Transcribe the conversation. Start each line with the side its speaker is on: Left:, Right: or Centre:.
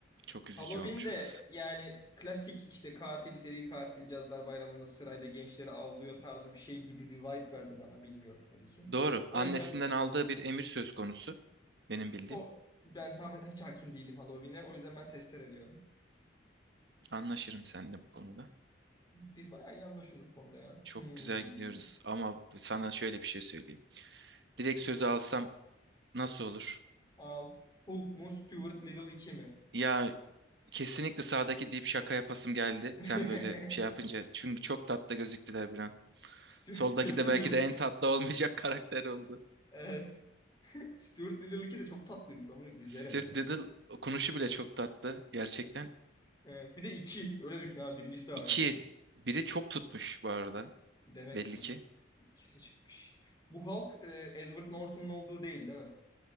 Right: Çok üzücü
Left: Halloween
Right: olmuş
Left: de
Right: orası.
Left: yani klasik işte katil, seri katil, Cadılar Bayramı'nda sırayla gençleri avlıyor tarzı bir şey gibi bir vibe verdi bana. Bilmiyorum tabii ki.
Right: Doğru. Annesinden
Left: O yüzden
Right: aldığı bir emir söz konusu. Benim bildiğim.
Left: o ben tam hiç hakim değilim Halloween'e. O yüzden ben tester ediyorum.
Right: Anlaşırım seninle bu konuda.
Left: Biz bayağı iyi anlaşıyoruz bu konuda ya.
Right: Çok
Left: Hmm.
Right: güzel gidiyoruz ama sana şöyle bir şey söyleyeyim. Direkt sözü alsam nasıl olur?
Left: Al. Hulk mu Stuart Little iki mi?
Right: Ya kesinlikle sağdaki deyip şaka yapasım geldi.
Left: <laughs>
Right: Sen böyle şey yapınca. Çünkü çok tatlı gözüktüler bir an.
Left: Stu-
Right: Soldaki
Left: Stuart
Right: de
Left: Little.
Right: belki de en tatlı olmayacak <laughs> karakter oldu.
Left: Evet. <laughs> Stuart Little iki de çok tatlıymış. Ben bunu izlerim
Right: Stuart
Left: ya.
Right: Little okunuşu bile çok tatlı gerçekten.
Left: Evet. Bir de 2. Öyle düşün abi. Birincisi de var
Right: İki.
Left: yani.
Right: Biri çok tutmuş bu arada.
Left: Demek
Right: Belli
Left: ki
Right: ki.
Left: ikisi çıkmış. Bu Hulk e, Edward Norton'un olduğu değil değil mi?